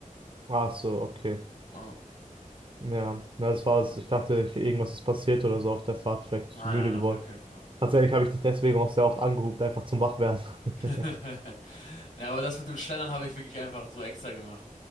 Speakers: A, on the right; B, on the left.
A: ach so, okay.
B: Oh.
A: Ja, na, das war's. Ich dachte, ich, irgendwas ist passiert oder so auf der Fahrt. Vielleicht bist
B: Nein,
A: du müde
B: nein,
A: geworden.
B: auf gar keinen Fall.
A: Tatsächlich habe ich dich deswegen auch sehr oft angerufen, einfach zum Wachwerden.
B: <laughs>
A: <laughs>
B: Ja, aber das mit dem Schlendern habe ich wirklich einfach so extra gemacht.